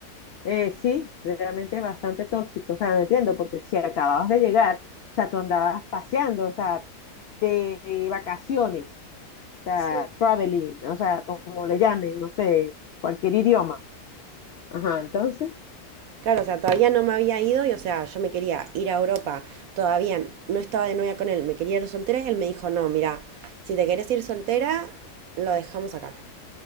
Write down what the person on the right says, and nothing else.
Sí.
Claro, o sea, todavía no me había ido y, o sea, yo me quería ir a Europa, todavía no estaba de novia con él, me quería ir soltera y él me dijo, no, mira, si te querés ir soltera, lo dejamos acá.